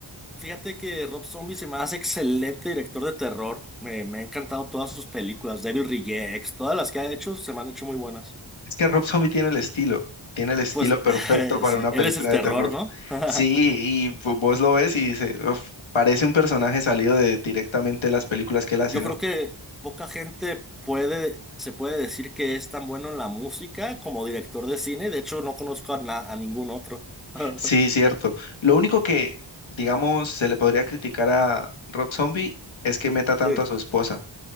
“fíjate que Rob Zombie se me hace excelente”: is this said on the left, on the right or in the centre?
Centre